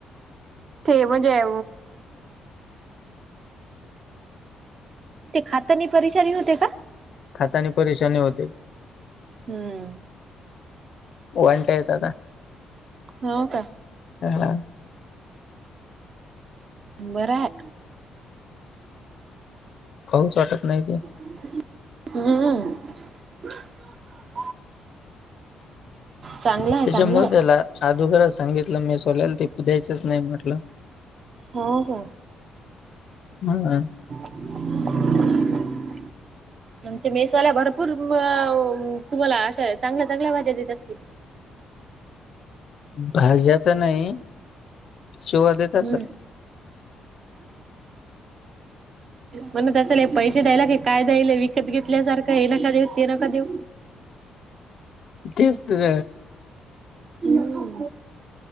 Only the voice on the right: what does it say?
ते म्हणजे ते खातानी परेशानी होते का?
हम्म
हो का
बरं हाय
हम्म चांगलं
आहे चांगलं आहे
हो हो
<unintelligible>
ते मेसावाला भरपूर तुम्हाला मअ अशा चांगल्या चांगल्या भाज्या देत असतील
हम्म म्हणत असल पैसे द्यायला क काय द्यायला व विकत घेतल्यासारखं ये, हे नका देऊ ते नका देऊ
हम्म